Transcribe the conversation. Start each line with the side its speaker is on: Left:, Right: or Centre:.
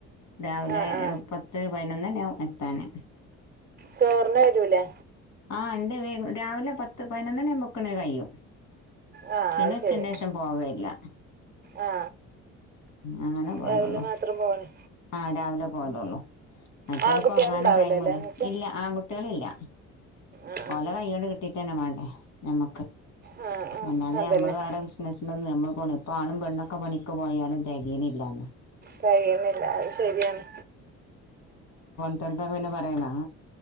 Left: രാവിലെ
Right: ആ ആ
Left: പത്ത് പതിനൊന്ന്ന്നെയ എത്താന്
Right: ചേറിന്ന വരുലേ
Left: ആ രണ്ട് രാവിലെ പത്ത് പതിനോണി ബുക്കണ കയിയും
Right: ആ
Left: പിന്നെ
Right: അത്
Left: ഉച്ചന്
Right: ശരി
Left: ശേഷം പോവയില്ല
Right: ആ
Left: അങ്ങനെ പോയലുള്ളു
Right: രാവിലെ മാത്രം പോവാണ്
Left: ആ രാവിലെ പോലുള്ളൂ മറ്റുകൾക്ക്
Right: ആ കുട്ടികളുണ്ടാവൂലല്ലേ
Left: ഉറങ്ങാനും ടൈമല്ല
Right: ഇങ്ങക്ക്
Left: ഇല്ല ആൺകുട്ടികളല്ല
Right: ആ
Left: ഓല കയ്യോട് കിട്ടീട്ട് തന്നെ മാ അ നഞമ
Right: ആ ആ ആ
Left: അല്ലാതെ
Right: അതന്നെ
Left: നമ്മള് വേറെ ബിസിനസ് ഒന്നും നമ്മ പെണ്ണൊക്കെ പണിക്ക് പോയാലും ദഗീനില്ലാന്ന്
Right: കഴിയുന്നില്ല അത് ശരിയാണ്
Left: ഇക്ക പിന്നെ പറയണ